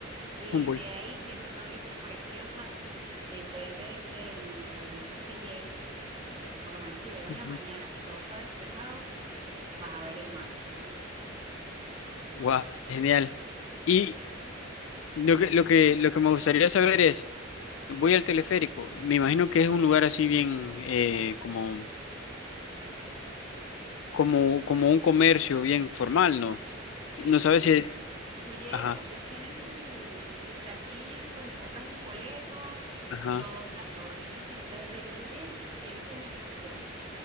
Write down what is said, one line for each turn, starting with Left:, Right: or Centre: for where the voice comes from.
Right: y
Left: Humboldt.
Right: de ahí tienes una vista preciosa, depende del momento en que llegues, por lo menos si llegas
Left: ujú.
Right: en la mañana y todo está despejado, vas a ver el mar.
Left: Guau, genial. Y lo que, lo que, lo que me gustaría saber es, voy al teleférico, me imagino que es un lugar así bien, eh, como, como, como un comercio bien formal, ¿no?
Right: Sí,
Left: No sabes
Right: sí, sí.
Left: si...
Right: o sea, eh, tú llegas,
Left: Ajá,
Right: ellos tienen su, sus taquillas donde compras los boletos,
Left: ajá.
Right: todo está, todo tiene, se- desde que tú llegas, tiene señalización